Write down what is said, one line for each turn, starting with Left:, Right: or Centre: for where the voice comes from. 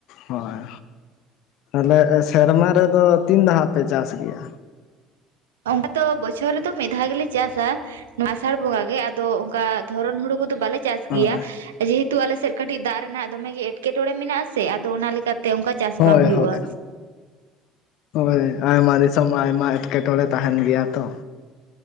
Left: ᱦᱳᱭ ᱛᱟᱦᱞᱮ ᱥᱮᱨᱢᱟ ᱨᱮᱫᱚ ᱛᱤᱱ ᱫᱷᱟᱣ ᱯᱮ ᱪᱟᱥ ᱜᱮᱭᱟ?
Right: ᱚᱱᱟᱠᱟ ᱫᱚ ᱵᱚᱪᱷᱚᱨ ᱨᱮᱫᱚ ᱢᱤᱫ ᱫᱷᱟᱣ ᱜᱮᱞᱮ ᱪᱟᱥᱟ ᱟᱥᱟᱲ ᱵᱚᱸᱜᱟ ᱜᱮ ᱟᱫᱚ ᱛᱚ ᱚᱱᱠᱟ ᱫᱷᱚᱨᱚᱱ ᱦᱩᱲᱩ ᱠᱚᱫᱚ ᱵᱟᱞᱮ ᱪᱟᱥ
Left: ᱦᱳᱭ
Right: ᱜᱮᱭᱟ ᱡᱮᱦᱮᱛᱩ ᱛᱩ ᱟᱞᱮ ᱥᱮᱫ ᱠᱟᱹᱴᱤᱡ ᱫᱟᱜ ᱨᱮᱱᱟᱜ ᱫᱚᱢᱮᱜ ᱜᱮ ᱮᱴᱠᱮ-ᱴᱚᱬᱮ ᱢᱮᱱᱟᱜ ᱟ ᱥᱮ ᱟᱫᱚ ᱚᱱᱟ ᱞᱮᱠᱟᱛᱮ ᱚᱱᱠᱟ ᱪᱟᱥ
Left: ᱦᱳᱭ
Right: ᱵᱟᱝ ᱦᱩᱭᱩᱜᱼᱟ᱾
Left: ᱦᱳᱭ ᱦᱳᱭ ᱦᱳᱭ ᱟᱭᱢᱟ ᱫᱤᱥᱚᱢ ᱟᱭᱢᱟ ᱮᱴᱠᱮᱴᱚᱬᱮ ᱛᱟᱦᱮᱱ ᱜᱮᱭᱟ ᱛᱚ᱾